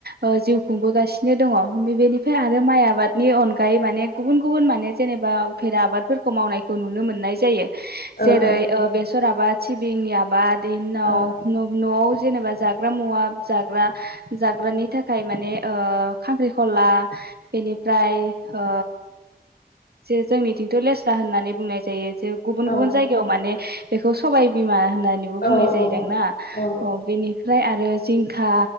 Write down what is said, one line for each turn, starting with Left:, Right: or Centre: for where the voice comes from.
Right: ओ जिउ खुंबोगासिनो दङ बि-बिनिफ्राय आरो माइ आ नि अनगायै माने गुबुन गुबुन माने जेनेबा उफेरा आबादफोरखौ मावनायखौ नुनो मोननाय जायो । जेरै
Left: ओं
Right: बेसर ओ आबाद सिबिंनि आबाद बिनि उनाव
Left: ओं
Right: न'ब न'आव जेनेबा जाग्रा मुवा जाग्रा जाग्रानि
Left: ओम
Right: थाखाय माने ओ खांख्रिखला बेनिफ्राय ओ जे जोंनिथिंथ' लेस्रा होननानै बुंनाय जायो। जे गुबुन गुबुन
Left: ओ
Right: जायगायाव माने बेखौ सबबाय बिमा होन होननानै बुंनाय
Left: ओ
Right: जायोदांना
Left: ओं ओं औ
Right: बेनिफ्राय आरो जिंखा